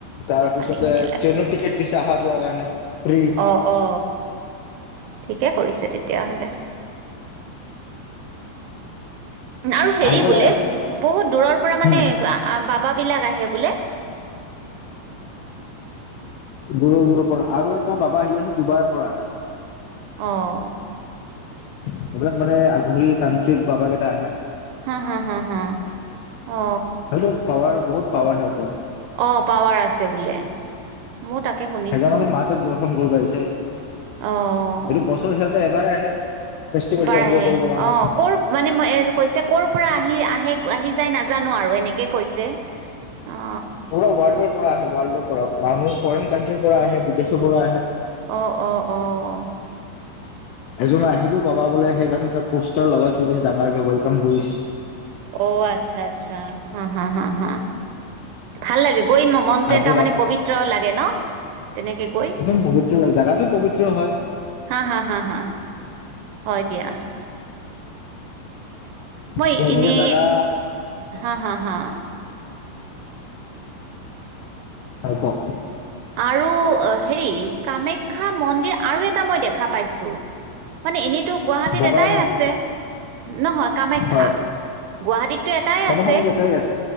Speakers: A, on the left; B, on the right.
A: তাৰ পিছতে
B: পানীখিনি লাগে
A: ট্ৰেইনৰ টিকেট দিছে অহা যোৱাৰ কাৰণে ফ্ৰী
B: অ', অ। ঠিকে। তেতিয়া হ'লে। আৰু হেৰি
A: আহিব
B: বোলে
A: লাগে আছিল
B: বহুত দূৰৰ পৰা মানে
A: উম
B: বাবা বিলাক আহে বোলে।
A: গৰুবোৰৰ পৰা আৰু এটা বাবা আহি আছে ডুবাইৰ পৰা।
B: অহ।
A: এইবিলাক মানে আগৰে টান। ঠিক বাবা কেইটা আহে।
B: হা', হা', হা', হা। অ
A: হয়টো পাৱাৰ বহুত পাৱাৰহত।
B: অহ পাৱাৰ আছে বোলে, মইও তাকে শুনিছো,
A: সেইকাৰণে মাহত দৰ্শন কৰিব আহিছে
B: অহ।
A: এইটো বছৰ সিহঁতে এবাৰ আহে ফেষ্টিভেলটো
B: এবাৰ
A: এনজয়
B: আহে
A: কৰিবৰ কাৰণে
B: অহ', ক'ৰ মানে এই যে কৈছে ক'ৰ পৰা আহ আহি আহে আহি যাই নাজানো আৰু এনেকে কৈছে। অ
A: পোৰা ৰৱৰ্ল্ডৰ। পৰা আহে ৱৰ্ল্ডৰ পৰা আহে, মানুহ ফৰেইন কাণ্ট্ৰিৰ পৰা আহে, বিদেশৰ পৰা আহে,
B: অ', অ', অ'।
A: এজন আহিব বাবা বোলে সেইকাৰণে ত পোষ্টাৰ লগাই থৈ দিছে ডাঙাৰকে ৱেলকাম কৰিছে,
B: অ', আচ্ছা আচ্ছা। হা হা হা হা ভাল লাগে। কৰি মন মনটো
A: আজি
B: এটা
A: ৰাতি
B: মানে প্ৰবিত্ৰ লাগে ন, তেনেকে গৈ
A: একদম পবিত্ৰ লাগে জাগাটো পবিত্ৰ হয়
B: হা হা হা হা হয় দিয়া। মই
A: ত এনেকে
B: এনে,
A: জাগা
B: হা হা। হা
A: হয় কওক
B: আৰু হেৰি কামাখ্যা মন্দিৰ আৰু এটা মই দেখা দেখা পাইছো মানে এনে গুৱাহাটীত
A: বগলা
B: এটাই
A: মন্দিৰ
B: আছে নহয় কামাখ্যা
A: হয়
B: গুৱাহাটীতটো এটাই
A: কৰ্মসংস্থাপনটো
B: আছে
A: এটাই আছে